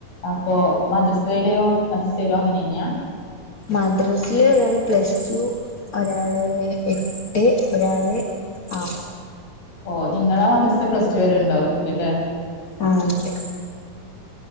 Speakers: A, on the left; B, on the left.
A: അപ്പോ മദർസേലോ മദർസേലോ അങ്ങനെതന്നെയ
B: മദ്രാസയിലെ ഒരാള് പ്ലസ് ടു ഒരാള് എട്ട് ഒരാള് ആ
A: ഓ നിങ്ങളാ മദ്രസെ പ്ലസ് ടു വരെണ്ടാവായിരിക്കു അല്ലെ
B: ആ തെ